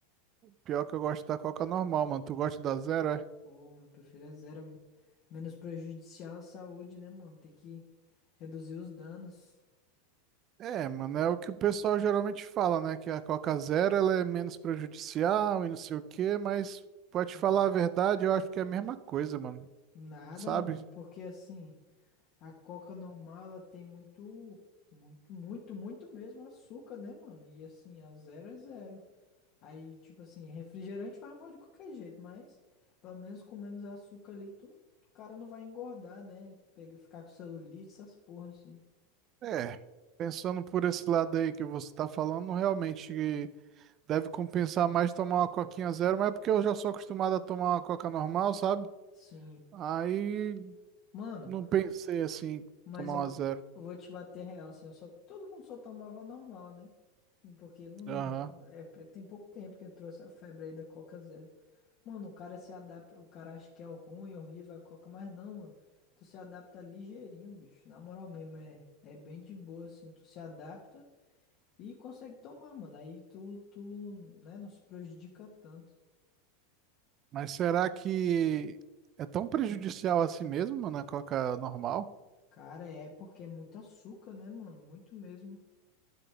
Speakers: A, on the right; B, on the left.
A: Pior que eu gosto da coca normal, mano. Tu gosta da zero, é?
B: Pô, mano, prefiro a zero. Menos prejudicial à saúde, né, mano? Tem que reduzir os danos.
A: É, mano, é o que o pessoal geralmente fala, né? Que a Coca Zero ela é menos prejudicial e não sei o quê, mas pode
B: Ah,
A: falar a verdade, eu acho que é a mesma coisa, mano.
B: Nada,
A: Sabe?
B: mano. Porque assim, a coca normal, ela tem muito, muito, muito, muito mesmo açúcar, né, mano? E assim, a zero é zero. Aí, tipo assim, refrigerante vai mal de qualquer jeito, mas pelo menos com menos açúcar ali, tu, não- o cara não vai engordar, né? Pega, ficar com celulite, essas porra, assim.
A: É, pensando por esse lado aí que você tá falando, realmente deve compensar mais tomar uma Coquinha Zero, mas é porque eu já sou acostumado a tomar uma Coca normal, sabe?
B: Sim.
A: Aí
B: Mano.
A: não pensei assim,
B: Mas
A: tomar
B: eu,
A: uma zero.
B: eu vou te bater real, assim, eu só, todo mundo só tomava normal, né? Porque não, não-
A: Aham.
B: é, tem pouco tempo que eu trouxe a febre aí da Coca Zero. Mano, o cara se adapta, o cara acha que é ruim, horrível a Coca, mas não, mano. Tu se adapta ligeirinho, bicho. Na moral mesmo, é, é bem de boa, assim, tu se adapta e consegue tomar, mano. Aí tu, tu, né, não se prejudica tanto.
A: Mas será que é tão prejudicial assim mesmo, mano, a Coca normal?
B: Cara, é porque é muito açúcar, né, mano? Muito mesmo.